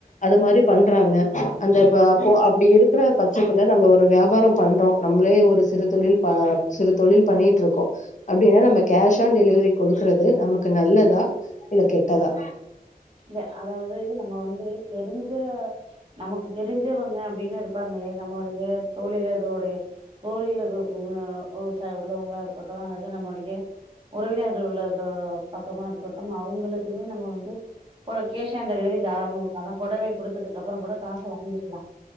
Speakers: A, on the left; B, on the right.
A: அது மாரி பண்றாங்க அந்த இப்ப அப்போ அப்டி இருக்குற பச்சத்துல நம்ம ஒரு வியாபாரம் பண்றோ நம் பளே ஒரு சிறு தொழில் ப சிறு தொழில் பண்ணிட்ருக்கொ அப்டின்னா நம்ம கேஷ் ஆன் டெலிவரி குடுக்கறது து நமக்கு நல்லதா இல்ல கெட்டதா
B: இல்ல அதாவது நம்ம வந்து தெரிஞ்ச நமக்கு தெரிஞ்சவங்க அப்டினு இருப்பாங்களே நம்மொடைய தோழிகளோடை தோழிக உ ச உள்ளவங்க ளா இருக்கட்டு அல்லது நம்ளொடய உறவினர்கள் உள்ளத பக்கமா இருக்கட்டும் அவங்களுக்குமே நம்ம வந்து ப்போ கேஷ் ஆன் டெலிவரி தாராளமா குடுக்கலா ஆனா புடவைய குடுத்ததுக்கப்பறங்கூட காச வாங்கிக்லா